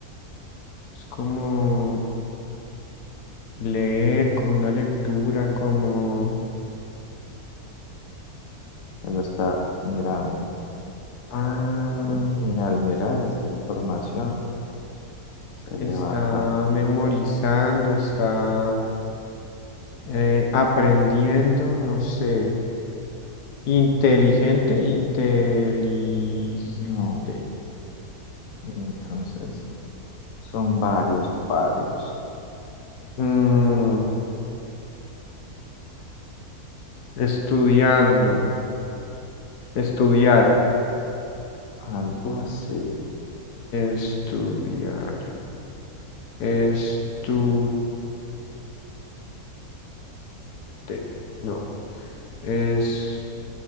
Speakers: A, on the left; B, on the left.
A: es como leer, como una lectura, como,
B: que lo está mirando.
A: ah,
B: Y, y al mirar esta información, se
A: está
B: le va acá.
A: memorizando, está eh, aprendiendo, no sé, inteligente, inteligente,
B: No, y entonces son varios, varios.
A: mm, estudiando, estudiar,
B: algo así.
A: estudiar, estudiar. Te- No, Es